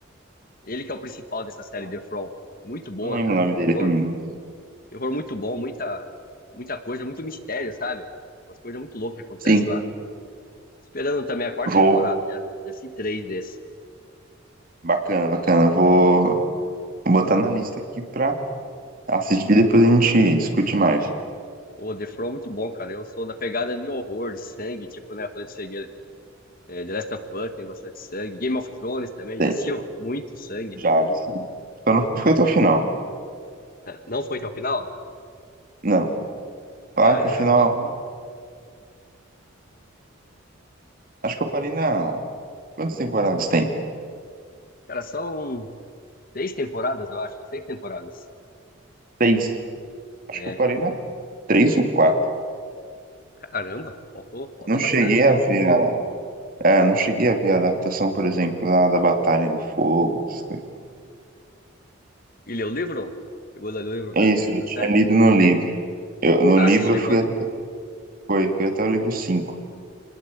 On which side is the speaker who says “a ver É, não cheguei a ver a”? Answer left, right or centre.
Right